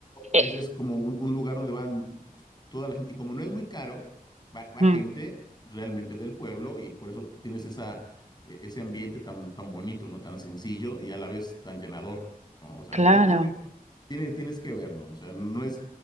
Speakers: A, on the right; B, on the left.
A: Eh,
B: es, es como un, un lugar donde van toda la gente. Y como no es muy caro, va, va
A: mm,
B: gente realmente del pueblo y por eso tienes esa, e- ese ambiente tan, tan bonito, ¿no? Tan sencillo y a la vez tan llenador, ¿no? O sea,
A: claro.
B: es, es muy... tiene tienes que verlo, o sea, no es,